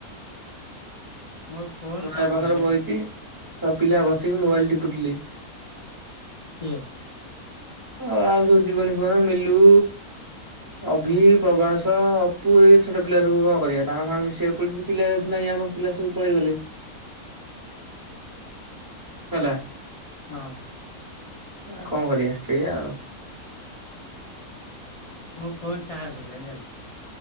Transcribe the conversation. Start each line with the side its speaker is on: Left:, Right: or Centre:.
Left: ମୋର ଫୋନ
Right: ଟୁ <unintelligible>
Left: ଚାର୍ଜ
Right: ପାଖରେ
Left: ନାହିଁ ଜାଣିଲୁ
Right: ବଇଚି ସବୁ ପିଲା ବସିକି ମୋବାଇଲ୍ ଟିପୁ ଠିଲେ।
Left: କିଏ?
Right: ହଁ ଆଉ ଯୋଉ ଜୀବନ ଫିବନ ମିଲୁ। ଅଭି ପ୍ରଭାସ ଅପୁ ଏଇ ଛୋଟ ପିଲା ସବୁ କଁ କରିବା ତାଙ୍କ ସାଙ୍ଗରେ ମିଶିଆକୁ ପଡୁଚି ପିଲା ଯେହେତୁ ନାଇଁ ଆମ ପିଲା ସବୁ ପଳେଇଗଲେ।
Left: <inaudible>
Right: ହେଲା।
Left: ହଁ।
Right: ଆ, କଣ କରିବା, ସେଇଆ ଆଉ।
Left: ମୋ ଫୋନ୍‌ ଚାର୍ଜ <unintelligible> ଜାଣିଲୁ।